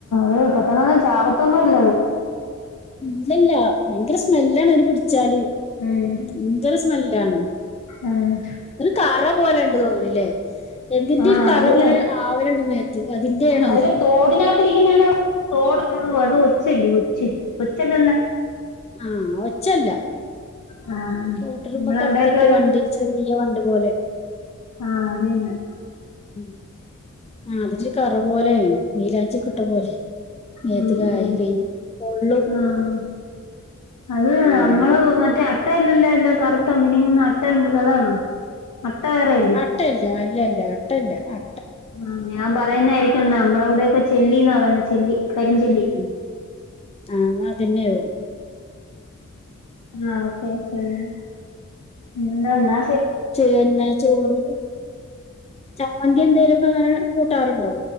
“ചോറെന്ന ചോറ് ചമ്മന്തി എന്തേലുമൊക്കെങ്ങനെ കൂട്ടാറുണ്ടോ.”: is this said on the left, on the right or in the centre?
Left